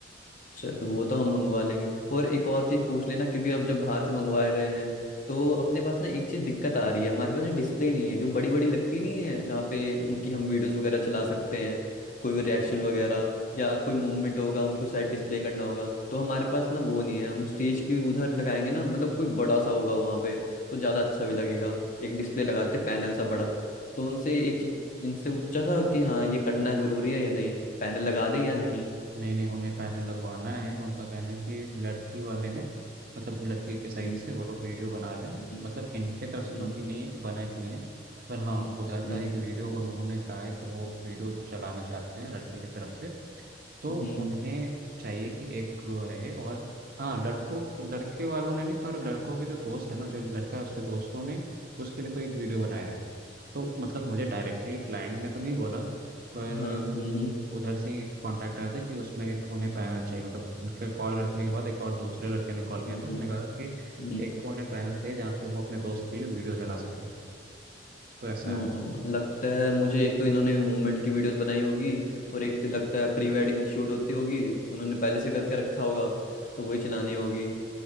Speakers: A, on the left (about 45°); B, on the right (about 55°).
A: चलो वो तो हम मंगवा लेंगे और एक और चीज़ पूछ लेना क्योंकि अब जब बाहर से मंगवा रहे हैं तो अपने पास ना एक चीज़ दिक्कत आ रही है हमारे पास ना डिस्प्ले नहीं है जो बड़ी बड़ी लगती नहीं है जहाँ पे उनकी हम वीडियोस वगैरह चला सकते हैं कोई भी रिएक्शन वगैरह या कोई मूवमेंट होगा उनको शायद डिस्प्ले करना होगा तो हमारे पास ना वो नहीं है हम स्टेज के उधर लगाएंगे ना मतलब कोई बड़ा सा होगा वहाँ पे तो ज़्यादा अच्छा भी लगेगा एक डिस्प्ले लगा देते पैनल सा बड़ा तो उनसे एक चीज- इनसे वो पूछा था कि हाँ ये करना जरूरी है या नहीं पैनल लगा दें या नहीं
B: नहीं नहीं उन्हें पैनल लगवाना है उनका कहना है कि लड़की वाले ने मतलब लड़की के साइड
A: हम्म
B: से वो लोग वीडियो बना रहे हैं
A: हम्म,
B: मतलब इनके तरफ से
A: हम्म।
B: तो अभी नहीं है कि बना है कि नहीं है पर हाँ
A: हम्म
B: उधर
A: हम्म
B: का एक वीडियो उन्होंने कहा है कि वो वीडियो चलाना चाहते हैं लड़की की तरफ से तो
A: हम्म,
B: उन्हें चाहिए कि एक रहे और हाँ लड़कों लड़के वालों ने नहीं पर लड़कों के जो दोस्त है ना जो लड़का है उसके दोस्तों ने उसके लिए कोई एक वीडियो बनाया है तो मतलब मुझे डायरेक्टली क्लाइंट ने तो नहीं बोला पर
A: हाँ हम्म हम्म
B: उधर से ही कांटेक्ट आया था कि उसमें एक उन्हें पैनल चाहिए मतलब उनके कॉल रखने के बाद एक और दूसरे लड़के ने कॉल किया
A: हम्म,
B: था उसने
A: हम्म, हम्म,
B: कहा कि
A: हम्म,
B: एक उन्हें पैनल चाहिए जहाँ पे वो अपने दोस्त के लिए वीडियो चला सके तो ऐसा
A: हम्म,
B: है
A: हम्म, लगता है मुझे एक तो इन्होंने मूवमेंट की वीडियोस बनाई होगी और एक लगता है प्री वेडिंग की शूट होती होगी उन्होंने पहले से करके रखा होगा तो वही चलानी होगी